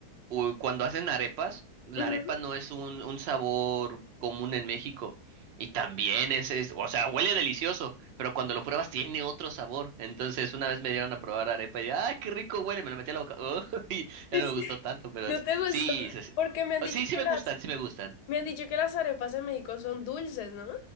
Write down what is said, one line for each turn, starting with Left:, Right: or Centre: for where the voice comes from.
Right: u- cuando hacen arepas, la
Left: ujú,
Right: arepa no es un, un sabor común en México. Y también es, es, o sea, huele delicioso, pero cuando lo pruebas tiene otro sabor. Entonces, una vez me dieron a probar arepa y dije, ¡ay, qué rico huele! Me lo metí a la boca. <laughs> ¡Oh! y
Left: <laughs> es-
Right: ya no me gustó tanto, pero
Left: no
Right: es-
Left: te gustó,
Right: sí, se- se-
Left: porque me han
Right: oh,
Left: dicho
Right: sí, sí
Left: que
Right: me
Left: la
Right: gustan, sí me gustan.
Left: Me han dicho que las arepas en México son dulces, ¿no?